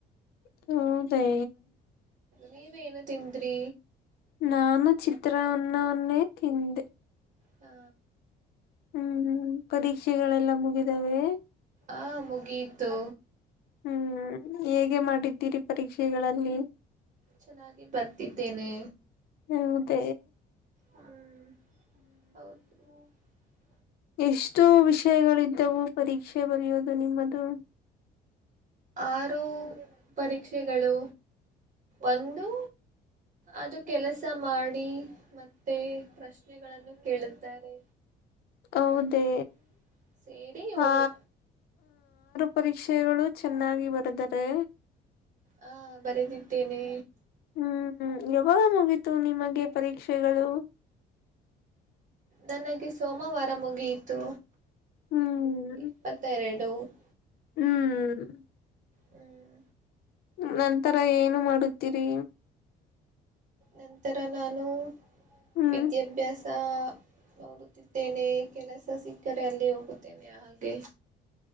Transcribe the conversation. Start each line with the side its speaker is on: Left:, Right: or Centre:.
Left: ಹದ <inaudible>
Right: ನೀವೇಏನು ತಿಂದ್ರಿ
Left: ನಾನು ಚಿತ್ರಾನ್ನವನ್ನೇ ತಿಂದೆ
Right: ಹಾ
Left: ಹ್ಮ್ ಹ್ಮ್ ಪರೀಕ್ಷೆಗಳೆಲ್ಲ ಮುಗಿದಾವೆ
Right: ಆ ಮುಗಿಯತು
Left: ಹ್ಮ್ ಹೇಗೆ ಮಾಡಿದ್ದೀರಿ ಪರೀಕ್ಷೆಗಳಲ್ಲಿ
Right: ಚೆನ್ನಾಗಿ ಬರ್ತಿದ್ದೇನೆ
Left: ಹೌದ
Right: ಹ್ಮ್ ಹೌದು <inaudible>
Left: ಎಷ್ಟು ವಿಷಯಗಳಿದ್ದವು ಪರೀಕ್ಷೆ ಬರೆಯೋದು ನಿಮ್ಮದು
Right: ಆರು ಪರೀಕ್ಷೆಗಳು ಒಂದು ಅದು ಕೆಲಸ ಮಾಡಿ ಮತ್ತೆ ಪ್ರಶ್ನೆಗಳನ್ನು ಕೇಳುತ್ತಾರೆ
Left: ಹೌದ
Right: ಅದು ಸೇರಿ ಏಳು
Left: ಆ ಪರೀಕ್ಷೆಗಳು ಚೆನ್ನಾಗಿ ಬರೆದರೆ
Right: ಹಾ ಬರೆದಿದ್ದೇನೆ
Left: ಹ್ಮ್ ಯಾವಾಗ ಮುಗೀತು ನಿಮಗೆ ಪರೀಕ್ಷೆಗಳು
Right: ನನಗೆ ಸೋಮವಾರ ಮುಗಿಯಿತು
Left: ಹ್ಮ್
Right: ಇಪ್ಪತ್ತೆರಡು ಲ <inaudible>
Left: ಹ್ಮ್
Right: ಹ್ಮ್
Left: ನಂತರ ಏನು ಮಾಡುತ್ತೀರಿ
Right: ನಂತರ ನಾನು
Left: ಹ್ಮ್
Right: ವಿದ್ಯಾಭ್ಯಾಸ ನೋಡುತ್ತಿದ್ದೇನೆ ಕೆಲಸ ಸಿಕ್ಕರೆ ಅಲ್ಲಿ ಹೋಗುತ್ತೇನೆ ಹಾಗ ಹಾಗೆ